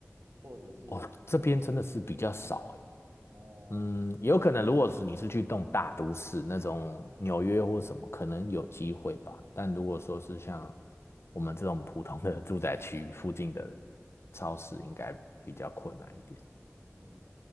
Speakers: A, on the right; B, on the left.
A: 或者是比如说，
B: 哦，这边真的是比较少诶，
A: 哦，
B: 嗯，有可能，如果是你是去动大都市那种纽约或什么，可能有机会吧。但如果说是像我们这种普通的住宅区附近的超市，应该比较困难一点。
A: 嗯，